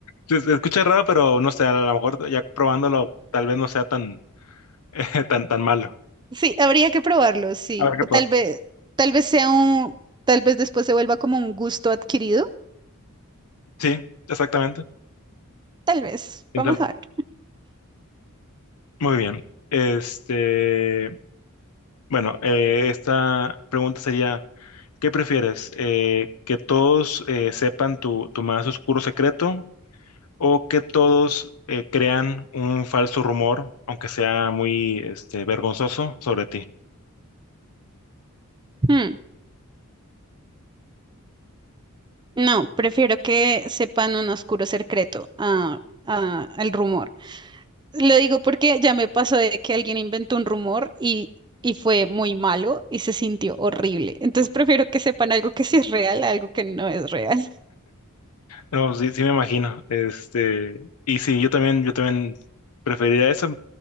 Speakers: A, on the left (about 85°); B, on the right (about 20°).
A: Se, se escucha raro, pero no sé, a lo mejor ya probándolo tal vez no sea tan, <laughs> tan, tan malo.
B: Sí, habría que probarlo, sí.
A: A ver qué
B: O
A: probar.
B: tal vez, tal vez sea un, tal vez después se vuelva como un gusto adquirido.
A: Sí, exactamente.
B: Tal vez.
A: Piénsalo.
B: Vamos a ver.
A: Muy bien. Este, bueno, eh, esta pregunta sería, ¿qué prefieres? Eh, ¿que todos eh, sepan tu, tu más oscuro secreto o que todos eh, crean un falso rumor, aunque sea muy este, vergonzoso, sobre ti?
B: Hmm, No, prefiero que sepan un oscuro secreto a, a- al rumor. Lo digo porque ya me pasó de que alguien inventó un rumor y, y fue muy malo y se sintió horrible. Entonces prefiero que sepan algo que sí es real, a algo que no es real. <laughs>
A: No, sí, sí me imagino. Este, y sí, yo también, yo también preferiría eso.